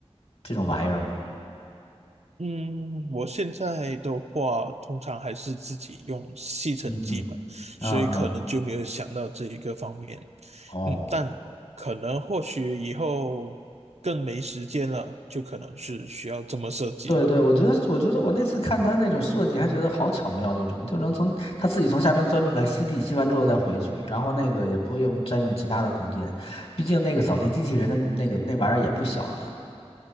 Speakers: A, on the left; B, on the right.
A: 这种玩意儿吗？
B: 嗯，我现在的话，通常还是自己用吸尘机嘛，
A: 嗯嗯嗯嗯，
B: 所以可能就没有想到这一个方面。
A: 哦。
B: 嗯，但可能或许以后更没时间了，就可能是需要这么设计了。
A: 对对，我觉得，我觉得我那次看他那种设计，还觉得好巧妙，这种就能从他自己从下面钻出来吸地，吸完之后再回去，然后那个也不用占用其他的空间，毕竟那个扫地机器人的那个那玩意儿也不小呢。